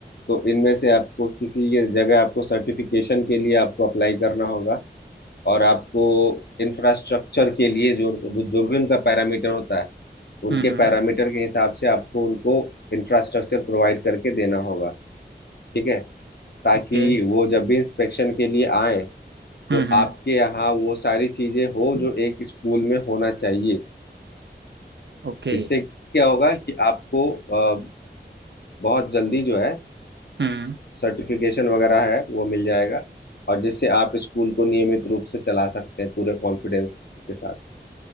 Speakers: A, on the left; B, on the right.
A: तो इनमें से आपको किसी ये जगह आपको सर्टिफिकेशन के लिए आपको अप्लाई करना होगा और आपको इंफ्रास्ट्रक्चर के लिए जो जो भी उनका पैरामीटर होता है उनके
B: हम्म हम्म
A: पैरामीटर के हिसाब से आपको उनको इंफ्रास्ट्रक्चर प्रोवाइड करके देना होगा ठीक है ताकि
B: ओके
A: वो जब भी इंस्पेक्शन के लिए आए तो
B: हम्म
A: आपके यहाँ वो सारी चीजें हो
B: हम्म
A: जो एक स्कूल में होना चाहिए
B: ओके
A: इससे क्या होगा कि आपको अ, बहुत जल्दी जो है
B: हम्म
A: सर्टिफिकेशन वगैरह है वो मिल जाएगा और जिससे आप स्कूल को नियमित रूप से चला सकते हैं पूरे कॉन्फिडेंस के साथ